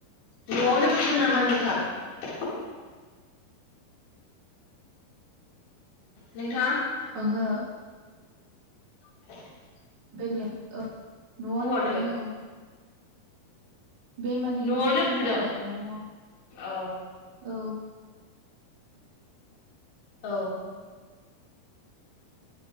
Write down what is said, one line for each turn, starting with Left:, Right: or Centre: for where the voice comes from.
Left: नआवनो फुदों नामा नोंथां? नोंथां।
Right: ओंहो।
Left: <unintelligible>
Right: बेलेग औ न'आवनो
Left: अबावथो
Right: फुदों औ। बे माने
Left: न'आवनो
Right: न' खाथियावनो
Left: फुदों
Right: आरो न'आव
Left: औ।
Right: औ
Left: औ।